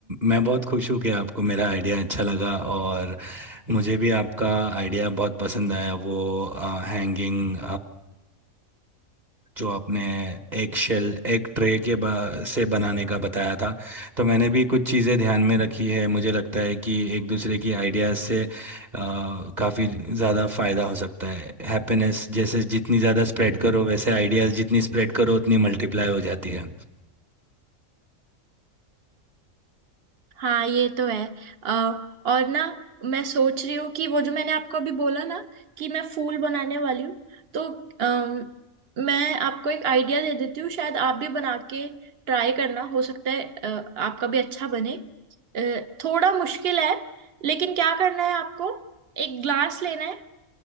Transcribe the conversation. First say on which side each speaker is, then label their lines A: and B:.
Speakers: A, on the right (about 30°); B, on the right (about 45°).
A: मैं बहुत खुश हूँ कि आपको मेरा आइडिया अच्छा लगा और मुझे भी आपका आइडिया बहुत पसंद आया वो हैंगिंग जो आपने एग शेल एग ट्रे के बा, से बनाने का बताया था तो मैंने भी कुछ चीज़ें ध्यान में रखी है मुझे लगता है कि एक दूसरे की आइडियाज़ से काफ़ी ज़्यादा फ़ायदा हो सकता है हैप्पीनेस जैसे जितनी ज़्यादा स्प्रेड करो वैसे आइडियाज़ जितनी स्प्रेड करो उतनी मल्टीप्लाई हो जाती है
B: हाँ ये तो है अ, और ना मैं सोच रही हूँ कि वो जो मैंने आपको अभी बोला ना कि मैं फूल बनाने वाली हूँ तो अम, मैं आपको एक आइडिया दे देती हूँ शायद आप भी बना के ट्राई करना हो सकता है अ, आपका भी अच्छा बने अ, थोड़ा मुश्किल है लेकिन क्या करना है आपको एक ग्लास लेना है